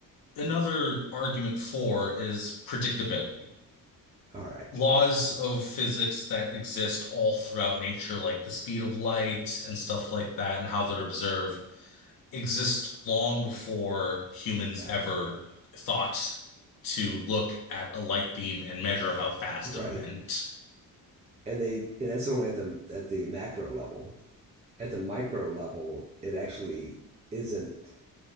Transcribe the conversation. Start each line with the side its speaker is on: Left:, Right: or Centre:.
Left: another argument for is predictability.
Right: All right.
Left: Laws of physics that exist all throughout nature, like the speed of light and stuff like that, and how they're observed exist long before humans
Right: Yeah.
Left: ever thought to look at a light beam and measure how fast
Right: Right.
Left: it went.
Right: and they and that's only at the at the macro level. At the micro level, it actually isn't